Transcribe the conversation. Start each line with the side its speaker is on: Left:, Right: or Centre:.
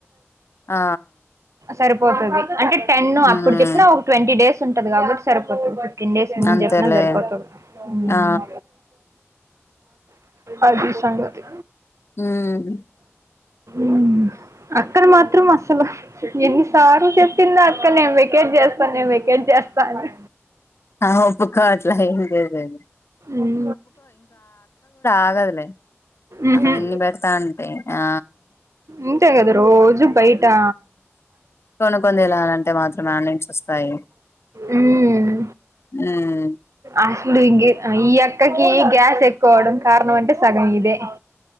Left: ఆ
Right: సరిపోతది అంటే టెన్ అప్పుడు
Left: ఉమ్
Right: చెప్పినా ఒక ట్వంటీ డేస్ ఉంటది కాబట్టి సరిపోతది టెన్ డేస్ ముందు
Left: అంతేలే
Right: చెప్పిన సరిపోతుంది ఉమ్
Left: ఆ
Right: అది సంగతి
Left: ఉమ్
Right: ఉమ్ అక్క ను మాత్రం అసలు ఎన్నిసార్లు చెప్పిందో అక్క నేను వెకేట్ చేస్తాను నేను వెకేట్ చేస్తా అని
Left: ఆహా ఒప్పు కోట్లా ఏం లేదు లెండి
Right: ఉమ్
Left: ఆగదులే
Right: ఉహుమ్
Left: ఆమె ఇన్ని పెడతా అంటే ఆ
Right: ఉంటే కదా రోజూ బయటా
Left: కొనుక్కొని తినాలంటే మాత్రం యాడ్నుంచి వస్తాయి
Right: ఉమ్
Left: ఉమ్
Right: అసలు ఇంగి అ ఈ అక్కకి గ్యాస్ ఎక్కువ అవడం కారణం అంటే సగం ఇదే <unintelligible>